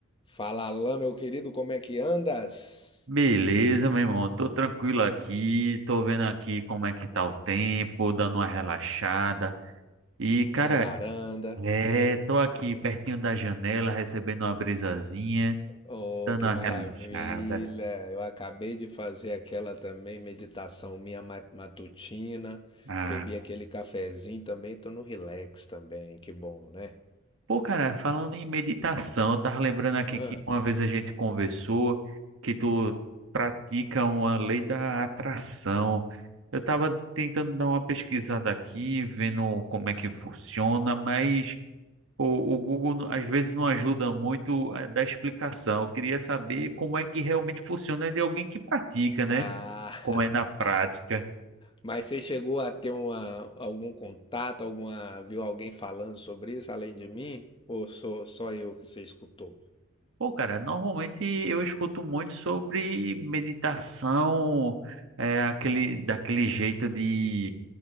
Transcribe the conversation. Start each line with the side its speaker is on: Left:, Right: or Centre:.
Left: Fala, Alain, meu querido, como é que andas?
Right: Beleza, meu irmão. Tô tranquilo aqui. Tô vendo aqui como é que tá o tempo, dando uma relaxada. E, cara,
Left: Na varanda.
Right: é, tô aqui pertinho da janela, recebendo uma brisazinha,
Left: Oh,
Right: dando
Left: que
Right: uma
Left: maravilha!
Right: relaxada.
Left: Eu acabei de fazer aquela também meditação minha ma- matutina.
Right: Ah,
Left: Bebi aquele cafezinho também, tô no relax também, que bom, né?
Right: pô, cara, falando em meditação, eu tava lembrando aqui
Left: Hã?
Right: que uma vez a gente conversou que tu pratica uma lei da atração. Eu tava tentando dar uma pesquisada aqui, vendo como é que funciona, mas O, o Google não- às vezes não ajuda muito a dar explicação. Eu queria saber como é que realmente funciona de alguém que pratica, né?
Left: Ah,
Right: Como é na prática.
Left: <laughs> mas você chegou a ter uma, algum contato, alguma, viu alguém falando sobre isso além de mim? Ou sou só eu que você escutou?
Right: Pô, cara, normalmente eu escuto muito sobre meditação, é, aquele, daquele jeito de